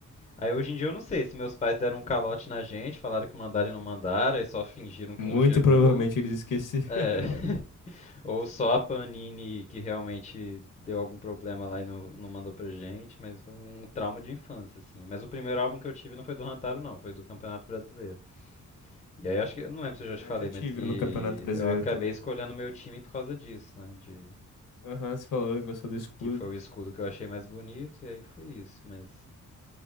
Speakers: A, on the left; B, on the left.
A: Aí hoje em dia eu não sei se meus pais deram um calote na gente, falaram que mandaram e não mandaram, aí só fingiram que
B: Muito
A: não chegou.
B: provavelmente eles esqueceram.
A: É. <laughs>
B: <laughs>
A: Ou só a Panini que realmente deu algum problema lá e não, não mandou pra gente, mas foi um trauma de infância, assim. Mas o primeiro álbum que eu tive não foi do Rantaro, não, foi do Campeonato Brasileiro. E aí acho que, eu não lembro se eu já te
B: Ah,
A: falei,
B: eu já tive
A: mas que
B: um no Campeonato Brasileiro
A: eu acabei
B: também.
A: escolhendo meu time por causa disso, né? De
B: Aham, você falou, gostou do escudo.
A: que foi o escudo que eu achei mais bonito, e aí foi isso, mas.